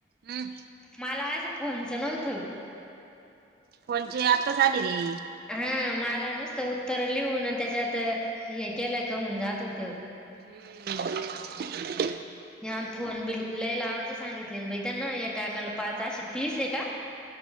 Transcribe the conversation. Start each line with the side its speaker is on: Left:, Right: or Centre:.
Right: हम्म.
Centre: मला असं फोनच नव्हतं.
Right: फोन चे आताच आली रे.
Centre: हा मला नुसतं उत्तर लिहून त्याच्यात हे केलं का होन जात होतं.
Right: हम्म.
Centre: ह फोन बि लई लाव सांगितले ब त्यां ना एकाकाला पाच अे तीस आहे का?